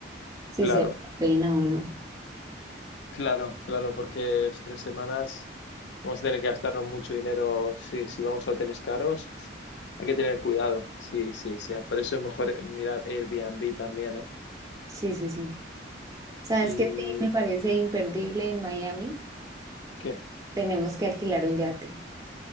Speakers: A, on the right; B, on the left.
A: si
B: claro.
A: se vale la pena o no.
B: Claro, claro, porque es tres semanas vamos a tener que gastarnos mucho dinero si, si vamos a hoteles caros. Hay que tener cuidado. Sí, sí, sí. Por eso es mejor eh, mirar Airbnb también, ¿eh?
A: Sí, sí, sí. ¿Sabes
B: ¿Y
A: qué? Sí, me parece imperdible en Miami.
B: qué?
A: Tenemos que alquilar un yate.